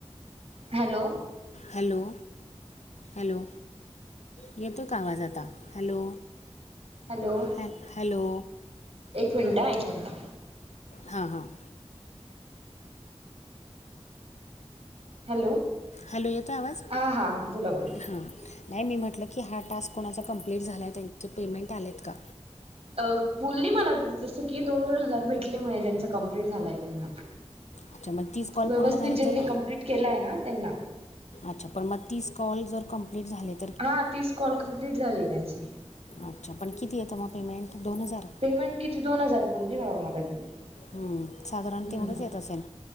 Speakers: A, on the right; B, on the left.
A: हॅलो.
B: Hello, hello. येतोय का आवाज आता, हॅलो.
A: हॅलो
B: हॅल हॅलो
A: एक मिनटं, एक मिनटं.
B: हां हां.
A: हॅलो
B: हॅलो, येतोय आवाज
A: हा हा हा बोला बोला.
B: हा. नाही मी म्हटलं की हा टास्क कोणाचा कंप्लीट झालाय त्यांचे पेमेंट आलेत का?
A: अ बोलली मला जसं की दोन-दोन हजार भेटले म्हणे ज्यांचा कंप्लीट झालाय त्यांना.
B: अच्छा मग तीस कॉल
A: व्यवस्थित
B: पूर्ण झाले
A: ज्यांनी
B: तर
A: कंप्लीट केलाय ना त्यांना.
B: अच्छा पण म तीस कॉल जर कम्प्लीट झालेत.
A: हा तीस कॉल कंप्लीट झाले त्यांचे.
B: अच्छा पण किती येतं म पेमेंट दोन हजार?
A: पेमेंट किती दोन हजार बोलली बाबा मला दिदी.
B: हम्म साधारण
A: हम्म
B: तेवढंच येत असेल,